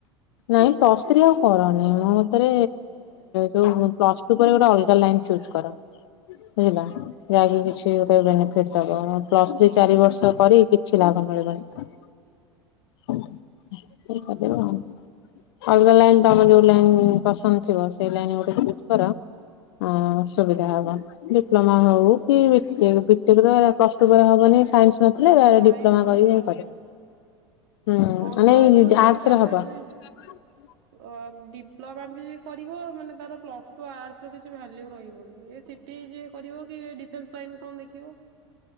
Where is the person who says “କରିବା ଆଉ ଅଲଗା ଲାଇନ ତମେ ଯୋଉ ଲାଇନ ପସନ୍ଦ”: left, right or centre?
Left